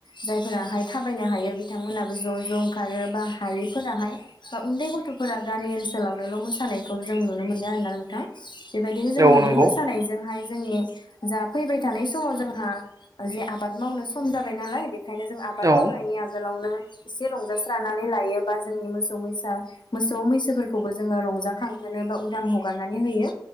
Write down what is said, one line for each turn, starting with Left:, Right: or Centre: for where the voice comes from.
Left: जायफोराहाय थाबायनो हायो बिथांमोनहाबो ज' ज' ओंखारो बा हायैफोराहाय बा उन्दै गथ'फोरा गामि ओनसोलावनोल' मोसानायखौ जों नुनो मोनदों आरोना नोंथां बेबायदिनो जोंहा
Right: औ नंगौ
Left: बे मोसानायजोंहाय जोंनि जा फैबाय थानाय समाव जोंहा जे आबाद मावनो सम जाबाय नालाय बेखायनो जों आबाद
Right: औ
Left: मावनायनि आगोलावनो एसे रंजास्रानानै लायोबा जोंनि मोसौ मैसा मोसौ मैसोफोरखौबो जोङो रंजाखांहोनो बा उदां हगारनानै होयो